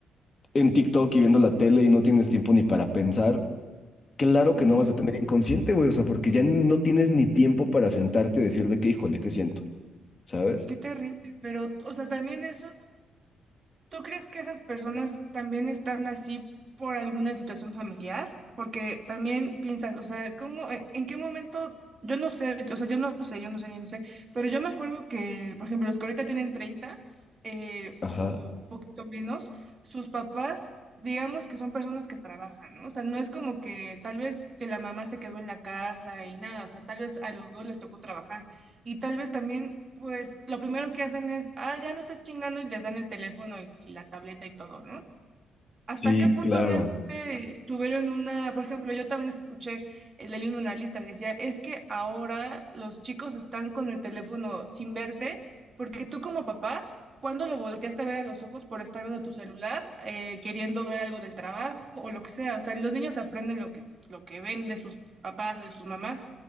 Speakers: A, on the left; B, on the right.
A: en TikTok y viendo la tele y no tienes tiempo ni para pensar, claro
B: ujú.
A: que no vas a tener inconsciente, güey, o sea, porque ya no tienes ni tiempo para sentarte y decir de qué, híjole, qué siento, ¿sabes?
B: Qué terrible. Pero, o sea, también eso. ¿Tú crees que esas personas también están así por alguna situación familiar? Porque también piensas, o sea, ¿cómo, en, en qué momento? Yo no sé, o sea, yo no sé, yo no sé, yo no sé, pero yo me acuerdo que, por ejemplo, los que ahorita tienen 30 eh,
A: Ajá.
B: o un poquito menos, sus papás, digamos que son personas que trabajan, ¿no? O sea, no es como que tal vez que la mamá se quedó en la casa y nada, o sea, tal vez a los dos les tocó trabajar. Y tal vez también, pues, lo primero que hacen es, ah, ya no estás chingando y les dan el teléfono y, y la tableta y todo, ¿no? ¿Hasta
A: Sí,
B: qué punto
A: claro.
B: realmente tuvieron una, por ejemplo, yo también escuché el del mismo analista, decía, es que ahora los chicos están con el teléfono sin verte, porque tú como papá, cuando lo volteaste a ver a los ojos por estar viendo tu celular, eh, queriendo ver algo del trabajo o lo que sea? O sea, los niños aprenden lo que, lo que ven de sus papás o de sus mamás.